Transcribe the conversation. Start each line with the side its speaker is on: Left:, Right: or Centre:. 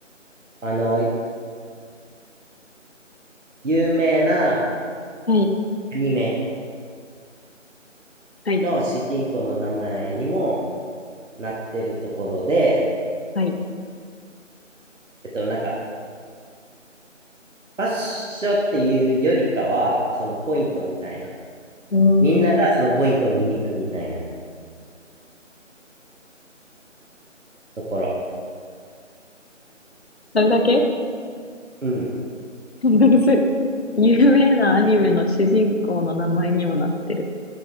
Right: あの、有名な
Left: はい、
Right: アニメ
Left: はい、
Right: の主人公の名前にもなってるところで、
Left: はい。
Right: えっと、なんか、場所ッショっていうよりかは、そのポイントみたいな。
Left: うーん。
Right: みんながそのポイントを見に行くみたいなところ。
Left: それだけ
Right: うん。
Left: むずい。<laughs> 有名なアニメの主人公の名前にもなってる。